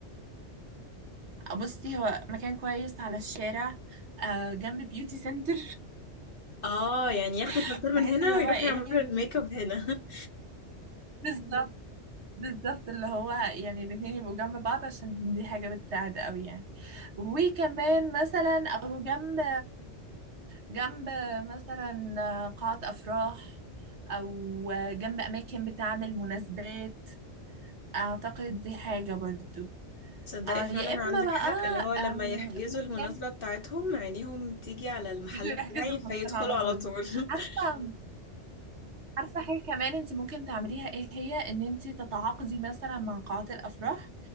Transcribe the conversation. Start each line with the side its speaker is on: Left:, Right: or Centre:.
Right: بصي هو مكان كويس على الشارع آه جنب بيوتي سنتر
Left: اه يعني ياخدوا
Right: <laughs>
Left: الباسبور من
Right: بحيث
Left: هنا
Right: اللي
Left: ويروحوا
Right: هو ايه
Left: يعملوا الميك اب هنا
Right: بالظبط بالظبط اللي هو يعني الاتنين يبقوا جنب بعض عشان دي حاجة بتساعد قوي يعني وكمان مثلا او جنب جنب مثلا قاعة أفراح أو جنب أماكن بتعمل مناسبات أعتقد دي حاجة برضو
Left: <laughs> تصدقي
Right: آه،
Left: فعلا
Right: يا إما
Left: عندك
Right: بقى
Left: حق اللي هو لما
Right: أم،
Left: يحجزوا
Right: في مكان
Left: المناسبة بتاعتهم عينيهم تيجي على المحل
Right: يجوا
Left: بتاعي
Right: يحجزوا الفستان
Left: فيدخلوا
Right: على
Left: على
Right: طول
Left: طول
Right: عارفة
Left: <laughs>
Right: عارفة حاجة كمان انت ممكن تعمليها ايه هي ان انت تتعاقدي مثلا مع قاعات الافراح